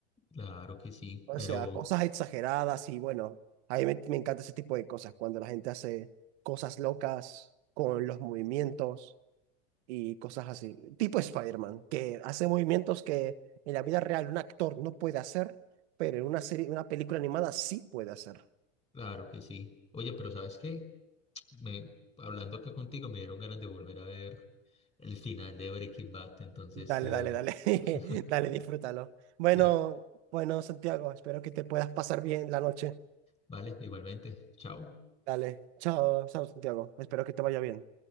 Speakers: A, on the left; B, on the right.
A: Claro que sí,
B: O
A: pero
B: sea, cosas exageradas y bueno, a mí me, me encanta ese tipo de cosas, cuando la gente hace cosas locas con los movimientos y cosas así. Tipo Spider-Man, que hace movimientos que en la vida real un actor no puede hacer, pero en una serie, una película animada sí puede hacer.
A: claro que sí. Oye, pero ¿sabes qué? Me, hablando acá contigo me dieron ganas de volver a ver el final de Breaking Bad, entonces
B: Dale,
A: te dejo.
B: dale, dale, <laughs>
A: <laughs>
B: dale, disfrútalo. Bueno,
A: Dale,
B: bueno, Santiago, espero que te puedas pasar bien la noche.
A: vale, igualmente. Chao.
B: Dale, chao, chao, Santiago, espero que te vaya bien.